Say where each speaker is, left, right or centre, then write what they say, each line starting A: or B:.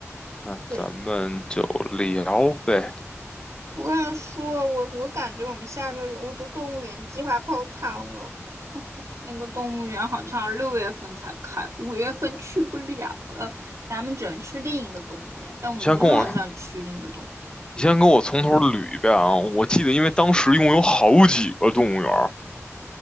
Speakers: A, on the left; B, on the right.
A: 那咱们就聊呗。
B: 对，我跟你说，我我感觉我们下个月我的动物园计划泡汤了。<laughs> 那个动物园好像六月份才开，五月份去不了了，咱们只能去另一个动物园。但我不是很想去另一个动物园。
A: 你先跟我，你先跟我从头捋一遍啊。我记得，因为当时一共有好几个动物园